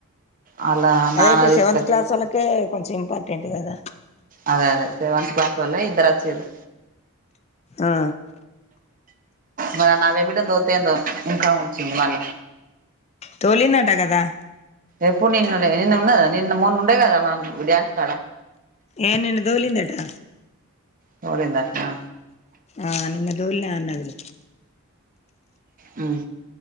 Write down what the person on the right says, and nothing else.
వాళ్ళ
నాన్న
తీసుకొచ్చి
అదే అదే సెవెంత్ క్లాసోల్లె ఇద్దరచ్చిరు
మరే ఆ నవ్య బిడ్డెన్ దొల్తెందో ఇంకా ఉంచింది మళ్ళా
ఎప్పుడు నిన్నుడే నీను ఉన్నదా నిన్న మొన్నుండే గదా మనం డాన్స్ కాడ
తొలిందట్నా
ఆహ